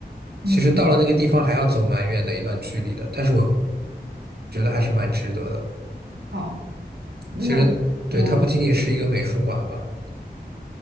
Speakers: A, on the right; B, on the right.
A: 嗯，
B: 其实到了那个地方还要走蛮远的一段距离的，但是我觉得还是蛮值得的。
A: 好，那我
B: 其实，对，它不仅仅是一个美术馆吧，